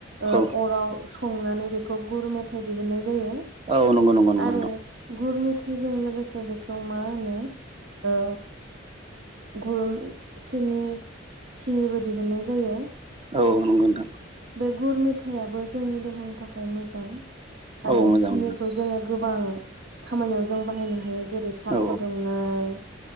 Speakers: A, on the right (about 65°); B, on the right (about 30°).
A: अराव
B: औ
A: संनानै बेखौ गुर मेथाइ दिहुननाय जायो
B: औ नंगौ नंगौ नंगौ
A: आरो
B: नोंथां
A: गुर मे थाइजों लोगोसे बेखौ मा होनो गुर सिनि सिनिबो दिहुनननाय जायो
B: औ नंगौ नोंथां
A: बे गुर मेथाइयाबो जोंनि देहानि थाखाय मोजां
B: औ
A: आरो
B: मोजां
A: सिनिखौ
B: मोजां
A: जोङो गोबां खामानियाव जों बाहायनो हायो जेरै साहा
B: औ
A: फुदुंनाय